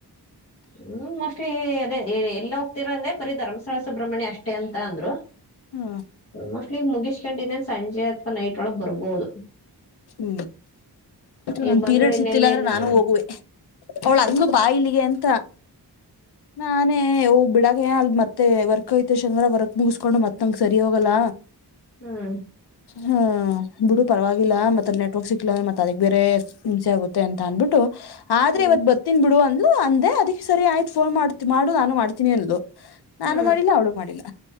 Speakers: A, on the left; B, on the left.
A: ಹು ಮೋಸ್ಟ್ಲಿ ಅದೇ ಎಲ್ಲ ಹೋಗ್ತೀರಾ ಅಂದೆ ಬರೀ ಧರ್ಮಸ್ಥಳ ಸುಬ್ರಹ್ಮಣ್ಯ ಅಷ್ಟೇ ಅಂತ ಅಂದ್ರು
B: ಹ್ಮ್
A: ಮೋಸ್ಟ್ಲಿ ಮುಗಿಸಕೊಂಡಿ ಇನ್ನೇನು ಸಂಜೆ ಅಥವಾ ನೈಟ್ ಒಳಗೆ ಬರ್ಬೋದು
B: ಹು
A: ಈಗ
B: ನನ್ನ
A: ಬಂದ್ರು
B: ಪೀರಿಯಡ್ಸ್
A: ಇನ್ನೆಲ್ಲಿ
B: ಇರಿತ್ತಲ್ಲ ಅಂದ್ರೆ
A: ಹ್ಮ್
B: ನಾನು ಹೋಗುವೆ ಅವಳ ಅಂದ್ಲು ಬಾ ಇಲ್ಲಿಗೆ ಅಂತ ನಾನೇ ಓ ಬಿಡಲ್ಲ ಅಲ್ಲೆ ಮತ್ತೆ ವರ್ಕ್ ಐತೆ ಶನಿವಾರ ವರ್ಕ್ ಮುಗಿಸಕೊಂಡು ಮತ್ತ ಹಂಗ ಸರಿ ಹೋಗಲ್ಲ
A: ಹು
B: ಹು ಬಿಡು ಪರವಾಗಿಲ್ಲ ಮತ್ತೆ ನೆಟ್ವರ್ಕ್ ಸಿಕಲಿಲ್ಲ ಮತ್ತ ಅದಕ್ಕೆ ಬೇರೆ ಹಿಂಸೆ ಆಗುತ್ತೆ ಅಂತ ಅನ್ಬಿಟ್ಟು ಆದರೇ
A: ಹ್ಮ್
B: ಇವತ್ತ ಬರ್ತೀನಿ ಬಿಡು ಹು ಅಂದೇ ಅದಕ್ಕೆ ಸರಿ ಆಯ್ತು ಫೋನ್ ಮಾಡ ಮಾಡು ನಾನು ಮಾಡ್ತೀನಿ ಅಂದ್ಲು ನಾನು
A: ಹು
B: ಮಾಡಿಲ್ಲ ಅವಳು ಮಾಡಿಲ್ಲ